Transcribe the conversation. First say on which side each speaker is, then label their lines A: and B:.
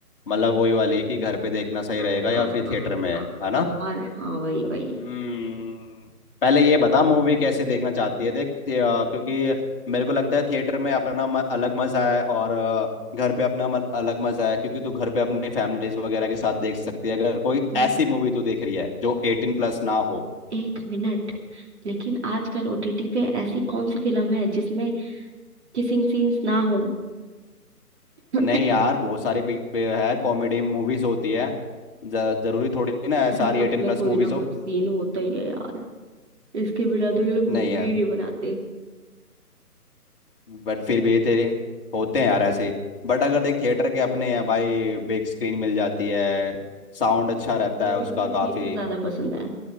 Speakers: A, on the left (about 35°); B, on the right (about 45°).
A: मतलब वही वाली कि घर पे देखना सही
B: हाँ
A: रहेगा या
B: हाँ
A: फिर
B: हाँ
A: थिएटर में
B: हाँ
A: है ना
B: गवार हाँ वही
A: हम्म,
B: वही
A: पहले ये बता मूवी कैसे देखना चाहती है देख ते- आ, क्योंकि मेरे को लगता है थिएटर में अपना म, अलग मजा है और आ, घर पे अपना म, अलग मजा है क्योंकि तू घर पे अपनी फैमिलीज वगैरह के साथ देख सकती है अगर कोई
B: हम्म,
A: ऐसी मूवी तू देख रही है जो एटीन प्लस ना हो
B: एक मिनट लेकिन आजकल ओटीटी पे ऐसी कौन सी फिल्म है जिसमें किसिंग सीन्स ना हो <laughs>
A: नहीं यार बहुत सारी पिक पे है कॉमेडी मूवीज होती है ज- जरूरी थोड़ी ना है
B: अरे
A: सारी
B: सब
A: एटीन
B: में
A: प्लस
B: कोई
A: मूवीज
B: ना
A: हो
B: कोई सीन होता ही है यार इसके बिना तो ये लोग
A: नहीं
B: मूवी
A: है
B: ही नहीं बनाते
A: बट फिर भी तेरे होते हैं यार ऐसे बट अगर देख थिएटर के अपने हैं भाई बिग स्क्रीन मिल जाती है साउंड अच्छा रहता
B: भाई
A: है
B: मेरे
A: उसका
B: को तो थिएटर
A: काफी
B: ज्यादा पसंद है